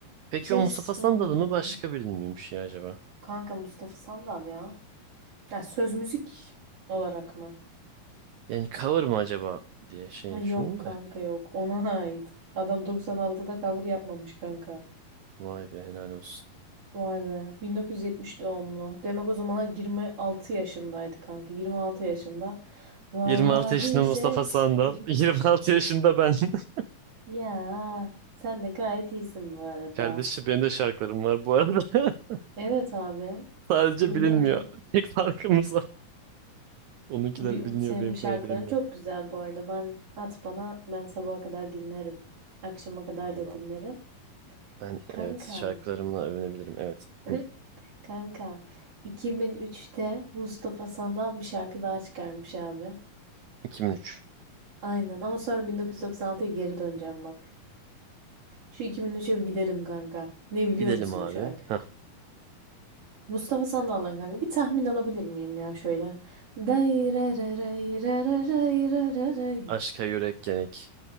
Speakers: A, on the right; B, on the right.
A: Peki
B: Jest
A: o Mustafa Sandal
B: oldu.
A: mı başka biri miymiş ya acaba?
B: Kanka Mustafa Sandal ya. Ya söz müzik olarak mı?
A: Yani cover mı acaba diye şey
B: Ha,
A: düşündüm
B: Yok kanka
A: de.
B: yok. Ona ait. Adam 96'da cover yapmamış kanka.
A: Vay be helal olsun.
B: Vay be. 1970 doğumlu. Demek o zamanlar 26 yaşındaydı kanka. 26 yaşında. Vallahi
A: 26 yaşında
B: jest
A: Mustafa Sandal.
B: oldu.
A: <laughs> 26 yaşında ben. <laughs>
B: Ya sen de gayet iyisin bu arada.
A: Kardeşim benim de şarkılarım var bu arada. <laughs>
B: Evet abi.
A: Sadece
B: Biliyorum.
A: bilinmiyor. Tek farkımız o. Onunkiler
B: Bi-
A: biliniyor,
B: Senin
A: benimkiler
B: şarkıların
A: bilinmiyor.
B: çok güzel bu arada. Ben at bana ben sabaha kadar dinlerim. Akşama kadar
A: Allah'ım.
B: da dinlerim.
A: Ben
B: Kanka.
A: evet şarkılarımla övünebilirim. Evet.
B: <laughs>
A: Hı.
B: Kanka. 2003'te Mustafa Sandal bir şarkı daha çıkarmış abi.
A: 2003.
B: Aynen ama sonra 1996'ya geri döneceğim bak. Şu 2003'e bir gidelim kanka. Ne biliyor
A: Gidelim
B: musun
A: abi.
B: o şarkı?
A: Hah.
B: Mustafa Sandal'dan kanka bir tahmin alabilir miyim ya şöyle? Day re re re re re re re re re.
A: Aşka yürek gerek.